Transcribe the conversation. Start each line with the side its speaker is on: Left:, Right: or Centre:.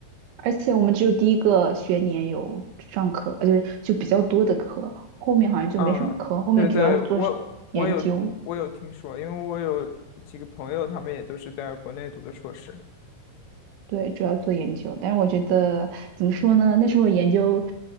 Right: 而且我们只有第一个学年有上课，呃，就是就比较多的课，后面好像就没什么课，
Left: 嗯，
Right: 后面主要是做
Left: 对对，我我有我有听说，
Right: 研究。
Left: 因为我有几个朋友，他们也都是在国内读的硕士。
Right: 对，主要做研究，但是我觉得怎么说呢？那时候研究